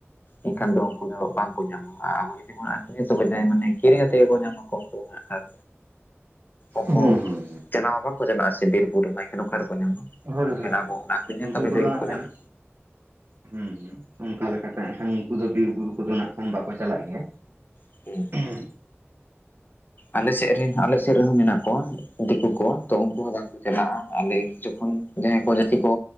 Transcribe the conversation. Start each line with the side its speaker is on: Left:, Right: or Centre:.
Left: ᱮᱱᱠᱷᱟᱱ ᱫᱚ ᱠᱩ ᱫᱚᱦᱟᱜ ᱵᱟᱝᱠᱚ ᱧᱟᱢᱟ ᱟᱨ ᱟᱵᱚ ᱡᱩᱫᱤ ᱵᱚᱱ ᱟᱹᱷᱨᱤᱧᱟ ᱛᱚᱵᱮ ᱡᱟᱭ ᱢᱟᱱᱮ ᱠᱤᱨᱤ ᱠᱟᱛᱮᱫ ᱜᱮᱠᱚ ᱧᱟᱢᱟᱠᱚ ᱩᱱᱠᱩ ᱫᱚ ᱦᱟᱸᱜ ᱟᱨ ᱩᱱᱠᱩ
Right: ᱦᱩᱸ ᱦᱩᱸ
Left: ᱪᱟᱞᱟᱣ ᱦᱚᱸ ᱵᱟᱠᱚ ᱪᱟᱞᱟᱜ-ᱟ ᱥᱮ ᱵᱤᱨ ᱵᱩᱨᱩ ᱨᱮᱢᱟ ᱮᱠᱷᱟᱱ ᱚᱠᱟ ᱨᱮᱠᱚ ᱧᱟᱢᱟ?
Right: ᱦᱳᱭ
Left: ᱢᱮᱱᱠᱷᱟᱱ
Right: ᱦᱳᱭ
Left: ᱟᱵᱚ ᱟᱠᱷᱨᱤᱧᱟ
Right: ᱩᱱᱠᱩ
Left: ᱛᱚᱵᱮ ᱛᱚᱵᱮ
Right: ᱠᱚᱫᱚ
Left: ᱡᱟᱱᱤ
Right: ᱦᱟᱸᱜ
Left: ᱜᱮ ᱠᱚ
Right: ᱠᱷᱟᱱ
Left: ᱧᱟᱢᱟ᱾
Right: ᱦᱩᱸ ᱦᱩᱸ ᱚᱱᱠᱟ ᱞᱮᱠᱟᱛᱮ ᱱᱟᱜᱠᱷᱟᱱ ᱩᱱᱠᱩ ᱫᱚ ᱵᱤᱨ ᱵᱩᱨᱩ ᱠᱚᱫᱚ ᱱᱟᱜ ᱠᱷᱟᱱ ᱵᱟᱠᱚ ᱪᱟᱞᱟᱜ ᱜᱮᱭᱟ᱾
Left: <inaudible>
Right: ᱦᱩᱸ
Left: ᱟᱞᱮᱥᱮᱜ ᱨᱮᱱ ᱟᱞᱮ ᱥᱮᱜ ᱨᱮᱦᱚᱸ ᱢᱮᱱᱟᱜ ᱠᱚᱣᱟ ᱫᱤᱠᱩ ᱠᱚ ᱛᱚ ᱩᱱᱠᱩ ᱦᱚᱸ ᱵᱟᱝ ᱠᱚ ᱪᱟᱞᱟᱜ-ᱟ ᱟᱞᱮ ᱡᱚᱠᱷᱚᱱ ᱡᱟᱦᱟᱸᱭ ᱠᱚ ᱡᱟᱹᱛᱤ ᱠᱚ